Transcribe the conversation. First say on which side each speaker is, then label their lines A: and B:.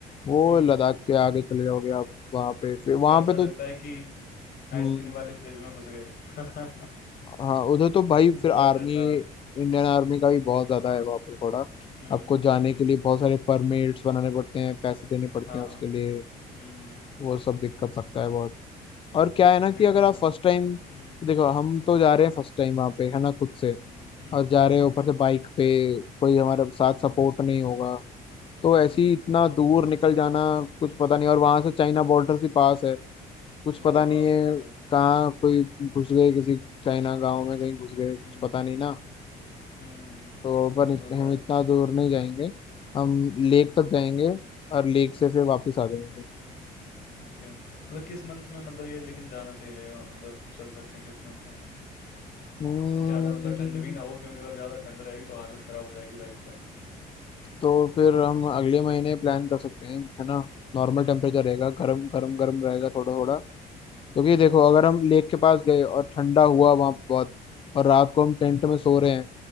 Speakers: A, on the left; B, on the left.
A: वो
B: हम्म
A: लद्दाख
B: हम्म।
A: के आगे चले जाओगे आप वहाँ पे फिर वहाँ
B: ऐसा
A: पे तो
B: लगता है कि आइसक्रीम
A: हम्म,
B: वाले फ्रिज में घुस गए <laughs> हम्म।
A: हाँ उधर तो भाई फिर
B: बहुत
A: आर्मी
B: ठंडा
A: इंडियन आर्मी का भी बहुत ज्यादा है वहाँ पे थोड़ा
B: हम्म
A: आपको
B: हम्म
A: जाने के लिए
B: हम्म,
A: बहुत सारे परमिट्स बनाने पड़ते हैं पैसे देने पड़ते
B: हाँ
A: हैं उसके लिए
B: हम्म
A: वो सब दिक्कत लगता है बहुत और क्या है ना
B: लेकिन
A: कि अगर
B: वो
A: आप
B: जगह
A: फर्स्ट टाइम
B: हम्म
A: देखो हम तो जा रहे हैं फर्स्ट टाइम वहाँ पे है ना खुद से
B: हम्म हम्म
A: और जा रहे हैं ऊपर
B: हम्म
A: से बाइक पे कोई हमारे साथ
B: हम्म
A: सपोर्ट नहीं होगा तो
B: हम्म,
A: ऐसे ही इतना दूर निकल जाना कुछ पता नहीं और वहां से चाइना बॉर्डर भी पास है कुछ
B: बहुत
A: पता नहीं
B: पास
A: है
B: है मतलब
A: कहाँ कोई घुस गए किसी चाइना गांव
B: हम्म
A: में कहीं घुस गए कुछ
B: हम्म
A: पता नहीं ना
B: हम्म
A: तो पर इत,
B: वो
A: हम
B: तो है
A: इतना दूर नहीं जाएंगे हम
B: <laughs>
A: लेक तक जाएंगे और लेक से फिर वापस आ जाएंगे
B: ओके मतलब किस मंथ में मतलब ये लेकिन जाना सही रहेगा मतलब चल सकते हैं किस मंथ में
A: हम्म,
B: ज्यादा मतलब ठंड भी ना हो क्योंकि अगर ज्यादा ठंड रहेगी तो हालत खराब हो जाएगी बाइक पे
A: तो फिर हम अगले महीने प्लान कर सकते हैं है ना नॉर्मल टेम्परेचर रहेगा गर्म गर्म गर्म रहेगा थोड़ा थोड़ा क्योंकि
B: हम्म
A: देखो अगर हम लेक के पास गए और ठंडा हुआ वहाँ बहुत और रात को हम टेंट
B: हम्म
A: में सो रहे हैं